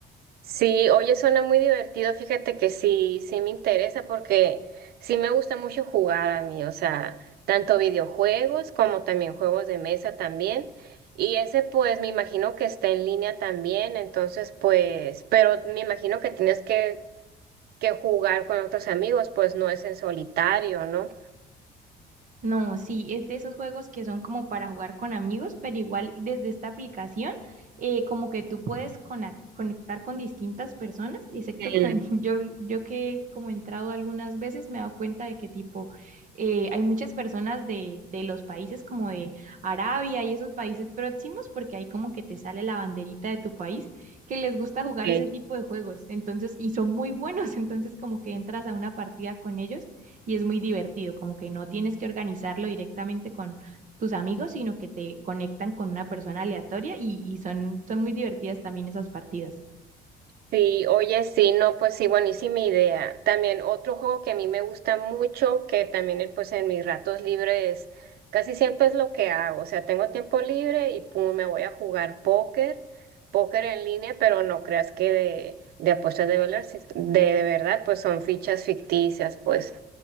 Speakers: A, on the right; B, on the right.
A: Sí, oye, suena muy divertido. Fíjate que sí, sí me interesa porque sí me gusta mucho jugar a mí, o sea, tanto videojuegos como también juegos de mesa también. Y ese pues me imagino que está en línea también, entonces pues, pero me imagino que tienes que, que jugar con otros amigos, pues no es en solitario, ¿no?
B: No, sí, es de esos juegos que son como para jugar con amigos, pero igual desde esta aplicación, eh, como que tú puedes cona conectar con distintas personas, excepto
A: Mm.
B: con <laughs> yo, yo que como he entrado algunas veces me he dado cuenta de que tipo, eh, hay muchas personas de, de los países como de Arabia y esos países próximos, porque ahí como que te sale la banderita de tu país, que les gusta jugar
A: Ok,
B: ese tipo de juegos, entonces, y son muy buenos, <laughs> entonces como que entras a una partida con ellos y es muy divertido, como que no tienes que organizarlo directamente con tus amigos, sino que te conectan con una persona aleatoria y, y son, son muy divertidas también esas partidas.
A: Sí, oye, sí, no, pues sí, buenísima idea. También otro juego que a mí me gusta mucho, que también eh, pues en mis ratos libres casi siempre es lo que hago. O sea, tengo tiempo libre y pum, me voy a jugar póker, póker en línea, pero no creas que de, de apuestas de dólares, es- de, de verdad, pues son fichas ficticias, pues.